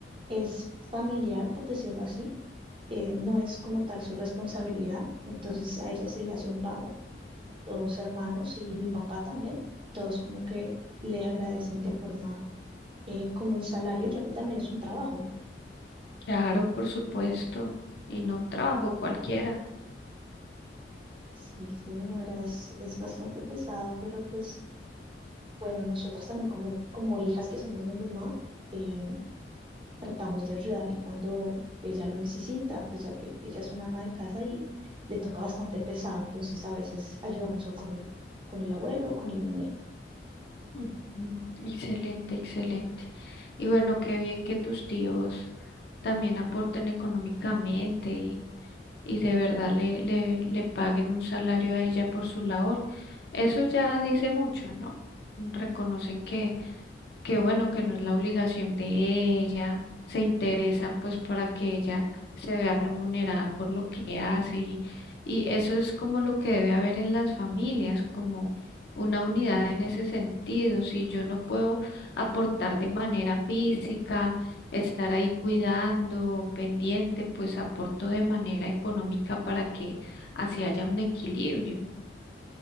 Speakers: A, on the right; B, on the left.
A: es familiar, por decirlo así, eh, no es como tal su responsabilidad, entonces a ella se le hace un pago. Los hermanos y mi papá también, todos como que le agradecen de forma eh, como un salario, ya que también es un trabajo.
B: Claro, por supuesto, y no un trabajo cualquiera.
A: Sí, señora, es, es bastante pesado, pero pues bueno, nosotras también como, como hijas que somos de mamá, em, tratamos de ayudarle cuando ella lo necesita, pues ya que ella es una ama de casa y le toca bastante pesado, entonces a veces ayudamos o con el, con el abuelo o con el nené.
B: Ujú. Excelente, excelente. Y bueno, qué bien que tus tíos también aporten económicamente y de verdad le, le, le paguen un salario a ella por su labor. Eso ya dice mucho, ¿no? Reconocen que qué bueno que no es la obligación de ella, se interesan pues para que ella se vea remunerada por lo que hace y, y eso es como lo que debe haber en las familias, como una unidad en ese sentido. Si yo no puedo aportar de manera física, estar ahí cuidando, pendiente, pues aporto de manera económica para que así haya un equilibrio.